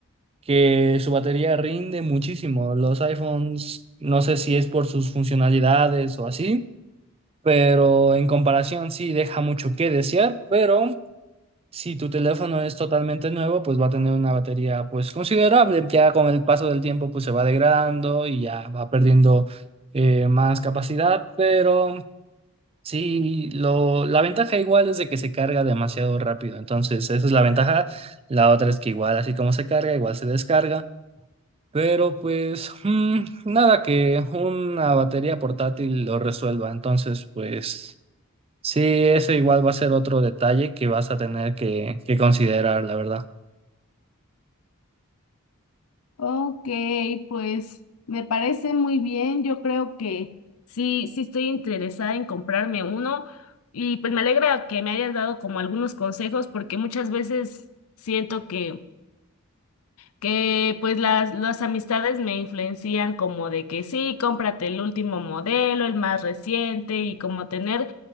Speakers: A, on the right; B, on the left.
A: que su batería rinde muchísimo. Los iPhones, no sé si es por sus funcionalidades o así, pero en comparación sí deja mucho que desear, pero si tu teléfono es totalmente nuevo, pues va a tener una batería pues considerable. Ya con el paso del tiempo pues se va degradando y ya va perdiendo eh, más capacidad, pero... Sí, lo, la ventaja igual es de que se carga demasiado rápido, entonces esa es la ventaja. La otra es que igual así como se carga, igual se descarga. Pero pues mm, nada que una batería portátil lo resuelva. Entonces, pues sí, ese igual va a ser otro detalle que vas a tener que, que considerar, la verdad.
B: Ok, pues me parece muy bien. Yo creo que sí, sí estoy interesada en comprarme uno y pues me alegra que me hayas dado como algunos consejos porque muchas veces siento que, que pues las, las amistades me influencian como de que sí, cómprate el último modelo, el más reciente y como tener